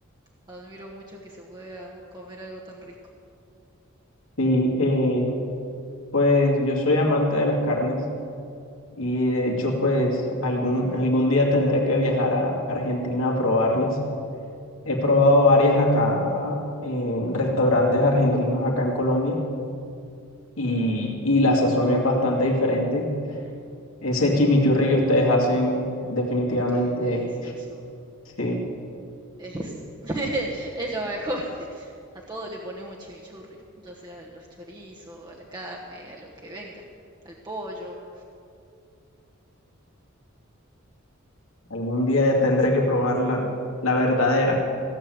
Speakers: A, on the right (about 20°); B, on the left (about 75°).
A: admiro mucho que se pueda comer algo tan rico.
B: Sí, eh, Pues yo soy amante de las carnes y de hecho pues algún, algún día tendré que viajar a Argentina a probarlas. He probado varias acá en restaurantes argentinos acá en Colombia y, y la sazón es bastante diferente. Ese chimichurri que ustedes hacen definitivamente,
A: Es delicioso.
B: sí,
A: Es, <laughs> es lo mejor. A todo le ponemos chimichurri, ya sea a los chorizos, a la carne, a lo que venga, al pollo.
B: algún día tendré que probar la, la verdadera